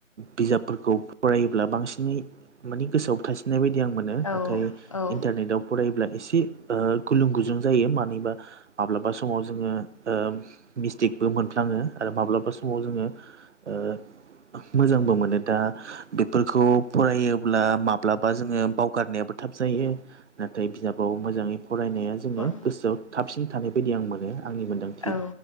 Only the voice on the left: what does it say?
औ
औ
औ